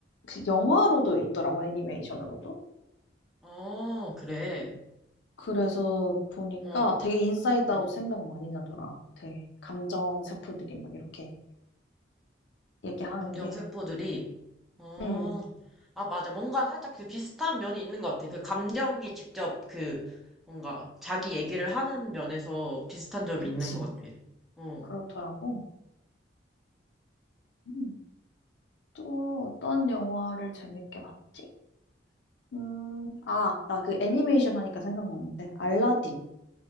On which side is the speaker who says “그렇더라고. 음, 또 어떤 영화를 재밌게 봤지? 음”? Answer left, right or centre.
Left